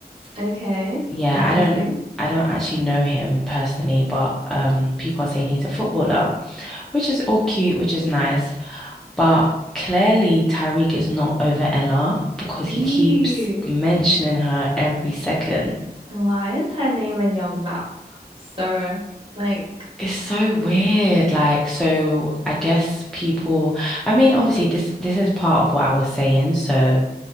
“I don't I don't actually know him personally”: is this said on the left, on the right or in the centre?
Centre